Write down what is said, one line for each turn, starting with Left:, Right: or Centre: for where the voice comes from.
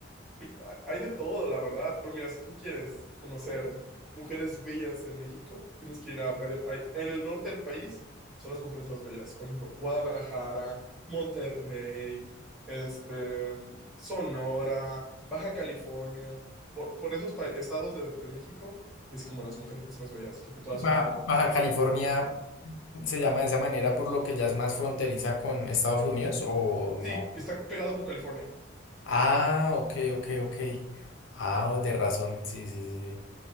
Centre: ha- Hay de todo, la verdad, pero mira, si tú quieres conocer mujeres bellas en México, tienes que ir a varios... hay- en el norte del país son las mujeres más bellas, por ejemplo, Guadalajara, Monterrey, este, mm, Sonora, Baja California, por, por esos pa- estados de, de México es como las mujeres más bellas, porque todas
Left: Ba-
Centre: son como...
Left: Baja California se llama de esa manera por lo que ya es más fronteriza con Estados Unidos o no.
Centre: Sí, está pegado con California.
Left: Ah, ok, ok, ok. Ah, oh, de razón, sí, sí, sí. sí.